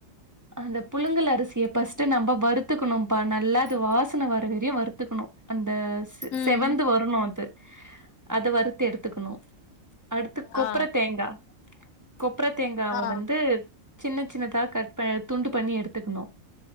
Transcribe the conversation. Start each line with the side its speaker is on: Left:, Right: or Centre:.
Right: அந்த புழுங்கல் அரிசிய பஸ்ட்டு நம்ப வறுத்துக்கனும்ப்பா நல்லா அது வாசன வர வரியு வறுத்துக்கனு அந்த
Left: ம்
Right: செவந்து வரனு அது அத வறுத்து எடுத்துக்கனு அடுத்து கொப்பற
Left: ஆ
Right: தேங்கா கொப்பற தேங்காவ
Left: ஆ
Right: வந்து சின்ன சின்னதா கட் ப துண்டு பண்ணி எடுத்துக்கனு